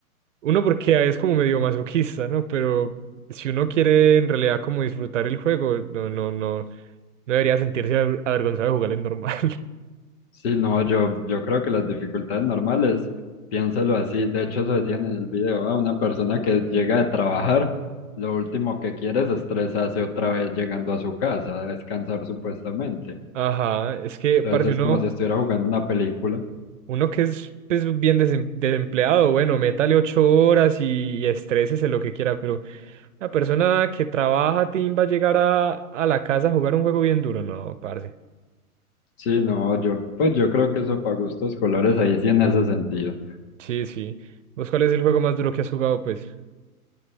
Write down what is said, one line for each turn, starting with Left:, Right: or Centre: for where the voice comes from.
Right: uno porque es como medio masoquista, ¿no? Pero si uno quiere en realidad como disfrutar el juego, no, no, no, no debería sentirse aver- avergonzado de jugar en normal.
Left: Sí, no, yo, yo creo que las dificultades normales, piénselo así. De hecho, eso decían en el video, a una persona que llega de trabajar, lo último que quiere es estresarse otra vez llegando a su casa, a descansar supuestamente.
Right: <laughs> Ajá, es que
Left: Entonces
Right: parce, uno,
Left: es como si estuviera jugando una película.
Right: uno que es pues, bien desem- desempleado, bueno, métale ocho horas y, y estrésese lo que quiera, pero La persona que trabaja, Tim, va a llegar a, a la casa a jugar un juego bien duro. No, parce.
Left: Sí, no, yo, pues yo creo que eso para gustos colores ahí sí en ese sentido.
Right: Sí, sí. ¿Vos cuál es el juego más duro que has jugado, pues?